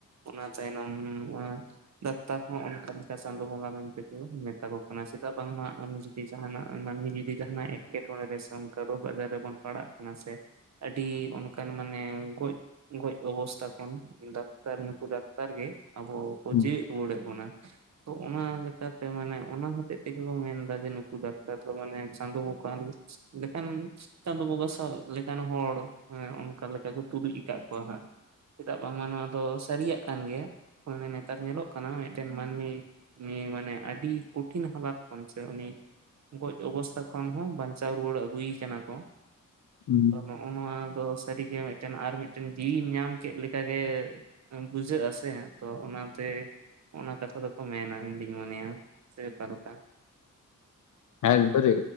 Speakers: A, on the right (about 55°); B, on the left (about 65°).
A: ᱚᱱᱟ ᱛᱟᱭᱱᱚᱢ <unintelligible> ᱟᱨ ᱰᱟᱠᱴᱟᱨ ᱦᱚᱸ ᱚᱱᱠᱟ ᱞᱮᱠᱟ ᱪᱟᱸᱫᱳ ᱵᱚᱸᱜᱟ ᱢᱮᱱ ᱛᱮᱜᱮ ᱠᱚ ᱢᱮᱛᱟ ᱠᱚ ᱠᱟᱱᱟ᱾ ᱪᱮᱫᱟᱜ ᱵᱟᱝᱢᱟ ᱟᱢ ᱡᱚ ᱫᱤ ᱡᱟᱦᱟᱱᱟᱜ ᱢᱟᱹᱱᱢᱤ ᱡᱚᱫᱤ ᱡᱟᱦᱟᱱᱟᱜ ᱮᱸᱴᱠᱮ ᱴᱚᱬᱮ ᱨᱮ ᱥᱮ ᱚᱱᱠᱟ ᱨᱳᱜᱽ ᱟᱡᱟᱨ ᱨᱮ ᱵᱚᱱ ᱯᱟᱲᱟᱜ ᱠᱟᱱᱟ ᱥᱮ, ᱟᱹᱰᱤ ᱚᱱᱠᱟᱱ ᱢᱟᱱᱮ ᱜᱚᱡᱽ, ᱜᱚᱡᱽ ᱚᱵᱚᱥᱛᱷᱟ ᱠᱷᱚᱱ ᱰᱟᱠᱛᱟᱨ ᱱᱩᱠᱩ ᱰᱟᱠᱛᱟᱨ ᱜᱮ ᱟᱵᱚ ᱠᱚ
B: ᱦᱩᱸ
A: ᱡᱤᱣᱤᱫ, ᱨᱩᱣᱟᱹᱲ ᱮᱜ ᱵᱚᱱᱟ᱾ ᱛᱚ ᱚᱱᱟ ᱞᱮᱠᱟᱛᱮ ᱢᱟᱱᱮ ᱚᱱᱟ ᱦᱚᱛᱮᱫ ᱛᱮᱜᱮ ᱵᱚ ᱢᱮᱱ ᱫᱟ, ᱡᱮ ᱱᱩᱠᱩ ᱰᱟᱠᱛᱟᱨ ᱫᱚ ᱢᱟᱱᱮ ᱪᱟᱸᱫᱳ ᱵᱚᱸᱜ ᱠᱟᱱ ᱞᱮᱠᱟᱱ᱾ ᱪᱟᱸᱫᱳ ᱵᱚᱸᱜᱟ ᱥᱟᱶ ᱞᱮᱠᱟᱱ ᱦᱚᱲ ᱮ ᱚᱱᱠᱟ ᱞᱮᱠᱟ ᱠᱚ ᱛᱩᱞᱩᱡ ᱟᱠᱟᱫ ᱠᱚᱣᱟ ᱦᱟᱸᱜ, ᱪᱮᱫᱟᱜ ᱵᱟᱝᱢᱟ ᱱᱚᱣᱟ ᱫᱚ ᱥᱟᱹᱨᱤᱭᱟᱜ ᱠᱟᱱ ᱜᱮᱭᱟ, ᱱᱮᱛᱟᱨ ᱧᱮᱞᱚᱜ ᱠᱟᱱᱟ ᱢᱤᱫᱴᱮᱱ ᱢᱟᱹᱱᱢᱤ, ᱩᱸ ᱢᱟᱱᱮ ᱟᱹᱰᱤ ᱠᱚᱴᱷᱤᱱ ᱦᱟᱞᱟᱛ ᱠᱷᱚᱱ ᱥᱮ ᱩᱱᱤ ᱜᱚᱡᱽ ᱚᱵᱚᱥᱛᱷᱟ ᱠᱷᱚᱱ ᱦᱚᱸ, ᱵᱟᱧᱪᱟᱣ ᱨᱩᱣᱟᱹᱲ ᱟᱹᱜᱩ ᱮ ᱠᱟᱱᱟ ᱠᱚ,
B: ᱦᱩᱸ
A: ᱛᱚ ᱱᱚᱣ ᱱᱚᱜ ᱱᱚᱣᱟ ᱫᱚ ᱥᱟᱹᱨᱤᱜᱮ ᱢᱤᱫᱴᱮᱱ ᱟᱨ ᱢᱤᱫᱴᱮᱱ ᱡᱤᱣᱤᱢ ᱧᱟᱢ ᱠᱮᱫ ᱞᱮᱠᱟ ᱜᱮ, ᱵᱩᱡᱷᱟᱹᱜᱼᱟ ᱥᱮ ᱛᱚ ᱚᱱᱟ ᱛᱮ, ᱚᱱᱟ ᱠᱟᱛᱷᱟ ᱫᱚᱠᱚ ᱢᱮᱱᱟ ᱤᱧᱫᱩᱧ ᱢᱚᱱᱮᱭᱟ, ᱥᱮ ᱚᱠᱟ ᱞᱮᱠᱟ?
B: ᱮᱠᱵᱟᱨᱮ